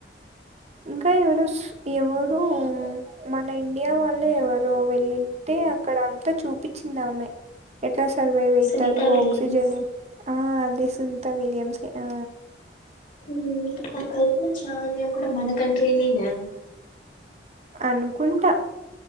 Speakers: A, on the right; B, on the left.
A: ఇంకా ఎవరస్ ఎవరు ఆమె మన ఇండియా వాళ్ళు ఎవరో వెళ్ళింటే అక్కడ అంతా చూపిచ్చిందామె ఎట్లా సర్వైవ్ అయితారు
B: సునీత విలియమ్స్
A: ఆక్సిజన్ ఆ అదే సునిత విలియమ్సే ఆ
B: హ అ కల్పనా చావ్లా కూడ మన కంట్రినేనా
A: అనుకుంటా